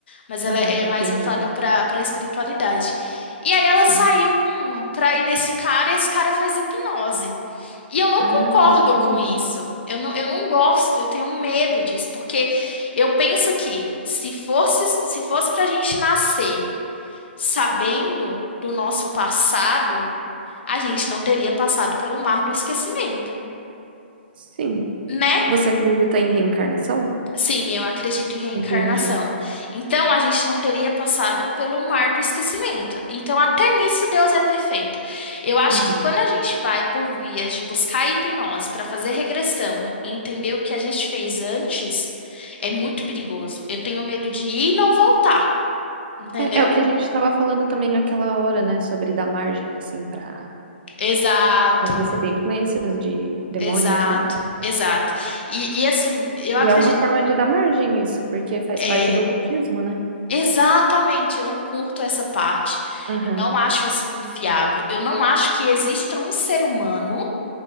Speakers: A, on the left; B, on the right.
A: mas ela
B: aham,
A: é é
B: entendi.
A: mais voltada para para espiritualidade. E aí ela
B: Sim.
A: saiu com para ir nesse cara e esse cara faz hipnose. E eu não
B: Ah,
A: concordo
B: entendi.
A: com isso. Eu não, eu não gosto, eu tenho medo disso, porque eu penso que se fosse se fosse para a gente nascer sabendo do nosso passado, a gente não teria passado pelo mar do esquecimento,
B: Sim.
A: né?
B: Você acredita em reencarnação?
A: Sim, eu acredito em reencarnação.
B: Entendi.
A: Então, a gente não teria passado pelo mar do esquecimento. Então, até nisso, Deus é perfeito. Eu acho
B: Uhum.
A: que quando a gente vai por vias de buscar a hipnose para fazer regressão e entender o que a gente fez antes, é muito perigoso. Eu tenho medo de ir e não voltar, entendeu?
B: É, é o que a gente estava falando também naquela hora, né? Sobre dar margem, assim, para
A: Exato,
B: receber influências de demônios,
A: exato,
B: né?
A: exato. E, e assim, eu acredito.
B: E é uma forma de dar margem isso, porque faz
A: é,
B: parte do ocultismo, né?
A: Exatamente, eu não curto essa parte.
B: Aham.
A: Eu não acho isso confiável. Eu não acho que exista um ser humano